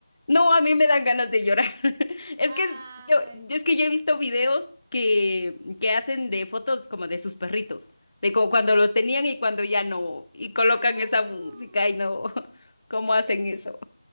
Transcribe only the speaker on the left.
No, a mí me dan ganas de llorar. <laughs> Es
que yo, es que yo he visto videos que, que hacen de fotos como de sus perritos, de como cuando los tenían y cuando ya no, y colocan
esa música y no, <laughs> ¿cómo hacen
eso?